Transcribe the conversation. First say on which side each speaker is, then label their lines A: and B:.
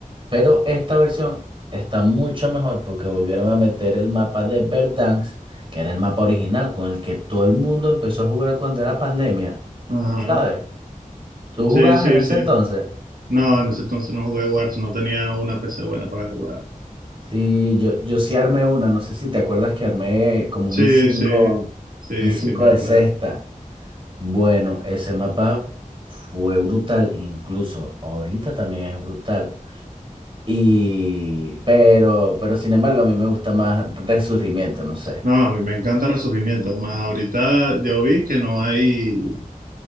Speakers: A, on the right (about 40°); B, on the right (about 80°).
A: Pero esta versión está mucho mejor porque volvieron a meter el mapa de Verdansk, que era el mapa original con el que todo el mundo empezó a jugar cuando era pandemia.
B: Ajá.
A: ¿Sabes? ¿Tú
B: Sí,
A: jugabas
B: sí,
A: en ese
B: sí.
A: entonces?
B: No, en ese entonces no jugué Warzone, no tenía una PC buena para jugar.
A: Sí, yo, yo sí armé una, no sé si te acuerdas que armé como
B: Sí,
A: un i cinco
B: sí, sí,
A: un i cinco
B: sí, me
A: de
B: acuerdo.
A: sexta. Bueno, ese mapa fue brutal, incluso ahorita también es brutal. Y, pero, pero sin embargo, a mí me gusta más Resurgimiento, no sé.
B: No, a mí me encanta Resurgimiento, más ahorita yo vi que no hay